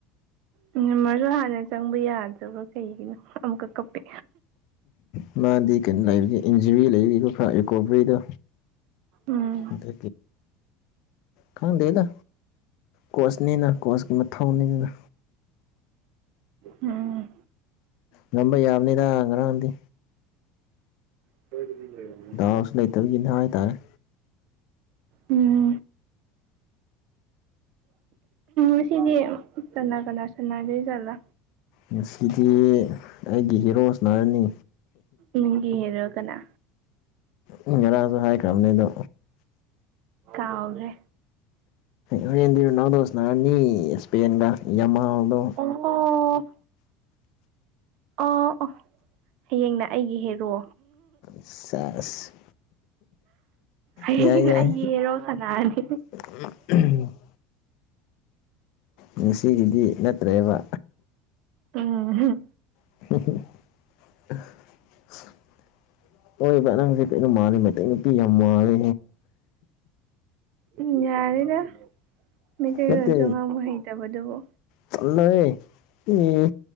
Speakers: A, on the right (about 55°); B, on the left (about 60°).
A: ꯎꯝ ꯃꯔꯨ ꯍꯥꯟꯅ ꯆꯪꯕ ꯌꯥꯗ꯭ꯔꯕ ꯀꯩꯒꯤꯅꯣ ꯑꯃꯨꯛꯀꯛ ꯀꯞꯄ
B: ꯎ ꯃꯥꯗꯤ ꯀꯩꯅꯣ ꯂꯩꯔꯤꯒꯦ ꯏꯟꯖꯨꯔꯤ ꯂꯩꯔꯤꯀꯣ ꯈꯔ ꯔꯤꯀꯣꯕꯔꯤꯗꯣ
A: ꯎꯝ
B: ꯑ ꯀ ꯀꯪꯗꯗ ꯀꯣꯁꯅꯤꯅ ꯀꯣꯁꯀꯤ ꯃꯊꯧꯅꯤꯅ
A: ꯎꯝ
B: ꯅꯝꯕ ꯌꯥꯕꯅꯤꯗ ꯉꯔꯥꯡꯗꯤ
A: <unintelligible>
B: ꯗꯥꯎꯁꯨ ꯂꯩꯇꯕꯒꯤꯅꯤ ꯍꯥꯏꯇꯥꯔꯦ
A: ꯎꯝ ꯉꯁꯤꯗꯤ ꯀꯅꯥ ꯀꯅꯥ ꯁꯅꯥꯗꯣꯏ ꯖꯥꯠꯂ
B: ꯉꯁꯤꯗꯤ ꯑꯩꯒꯤ ꯍꯤꯔꯣ ꯁꯅꯔꯅꯤ
A: ꯅꯪꯒꯤ ꯍꯤꯔꯣ ꯀꯅ
B: ꯑꯩ ꯉꯔꯥꯡꯁꯨ ꯍꯥꯏꯈ꯭ꯔꯕꯅꯦ ꯑꯗꯣ
A: ꯀꯥꯎꯒꯔꯦ
B: ꯍꯣꯔꯦꯟꯗꯤ ꯔꯣꯅꯥꯟꯗꯣ ꯁꯅꯔꯅꯤ ꯏꯁꯄꯦꯟꯒ ꯌꯃꯥꯜꯗꯣ
A: ꯑꯣ ꯑꯣ ꯑꯣ ꯍꯌꯦꯡꯅ ꯑꯩꯒꯤ ꯍꯦꯔꯣ
B: ꯁꯦꯁ
A: ꯍꯌꯦꯡꯅ
B: ꯌꯥꯏ ꯌꯥꯏ
A: ꯑꯩꯒꯤ ꯍꯦꯔꯣ ꯁꯥꯟꯅꯔꯅꯤ
B: <unintelligible> ꯉꯁꯤꯒꯤꯗꯤ ꯅꯠꯇ꯭ꯔꯦꯕ
A: ꯎꯝꯍꯝ
B: <unintelligible> ꯑꯑꯣꯏꯕ ꯅꯩꯁꯦ ꯀꯩꯅꯣ ꯃꯥꯜꯂꯦ ꯃꯩꯇꯩ ꯅꯨꯄꯤ ꯌꯥꯝ ꯃꯥꯜꯂꯦ
A: ꯎꯝ ꯌꯥꯔꯦꯗ ꯃꯩꯇꯩ
B: ꯅꯠꯇꯦ
A: ꯂꯣꯜꯁꯨ ꯉꯥꯡꯕ ꯍꯩꯇꯕꯗꯨꯕꯨ
B: ꯆꯜꯂꯣꯍꯦ ꯎꯝ